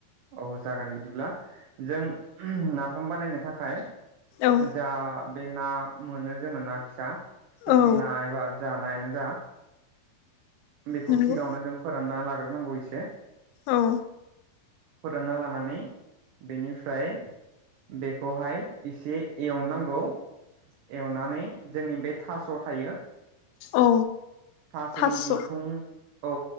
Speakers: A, on the right; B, on the left.
A: औ जागोन बिदिब्ला जों नाफाम बानायनो थाखाय
B: औ
A: जा बे ना मोनो जोङो ना फिसा। फिथिख्रि
B: औ
A: ना एबा। जा नायानो जा। बेखौ
B: नंगौ
A: सिगाङावनो जों फोरान। फोरानना लाग्रोनांगौ इसे।
B: औ
A: फोरानना लानानै बेनिफ्राय बेखौहाय एसे एवनांगौ एवनानै जोंनि बे थास' थायो।
B: औ
A: थास'नि
B: थास'
A: बिथुं औ